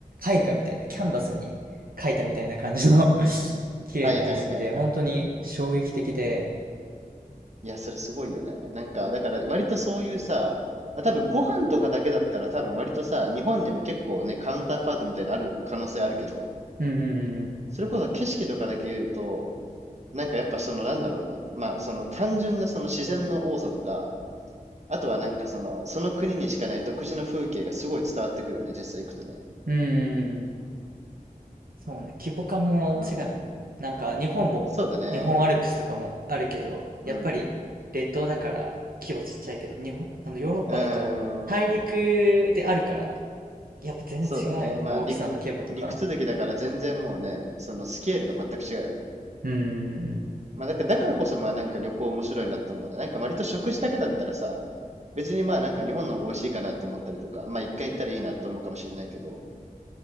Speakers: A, on the right; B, on the right.
A: 絵画みたいな、キャンバスに描いたみたいな感じの <laughs> 綺麗な景色で、
B: はいはいはいはい。
A: 本当に衝撃的で、
B: いや、それすごいよね。なんか、だから割とそういうさ、まあ、多分ご飯とかだけだったら多分割とさ、日本にも結構ね、カウンターパートみたいなのある可能性あるけど、
A: うんうん
B: それこそ景色とかだけ言うと、なんかやっぱそのなんだろうな、まあその単純なその自然の多さとか、あとはなんかその、その国にしかない独自の風景がすごい伝わってくるよね、実際行くとね。
A: うんうん、うんうんうんうん。そうね、規模感も違うよね。
B: うん。
A: なんか日本も、
B: そうだね。
A: 日本アルプスとかもあるけど、
B: うん。
A: やっぱり列島だから規模ちっちゃいけど、
B: う
A: 日本、あのヨーロッパだと大陸であるから、
B: ーん。
A: やっぱ全然違うよね、
B: そうだね。まあ、
A: 大きさの規模とか。
B: 陸、陸続きだから全然もうね、そのスケールが全く違うよね。
A: うーん。
B: まあ、だから、だからこそまあなんか旅行面白いなと思うね。なんか割と食事だけだったらさ、別にまあなんか日本の方が美味しいかなと思ったりとか、まあ一回行ったらいいなと思うかもしれないけど、